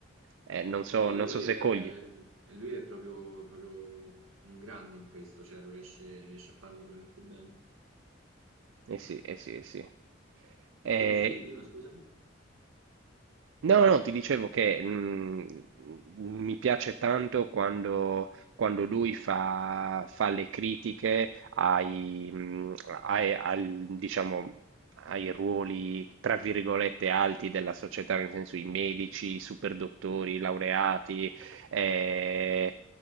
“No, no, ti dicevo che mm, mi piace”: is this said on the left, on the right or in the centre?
Right